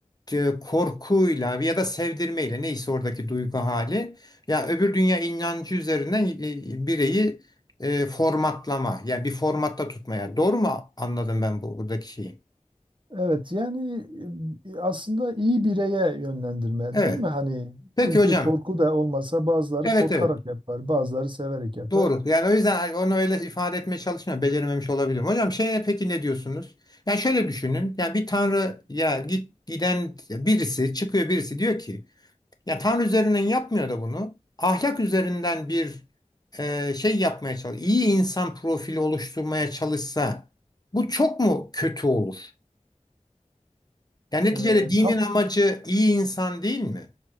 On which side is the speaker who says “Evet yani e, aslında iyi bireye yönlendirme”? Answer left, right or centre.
Right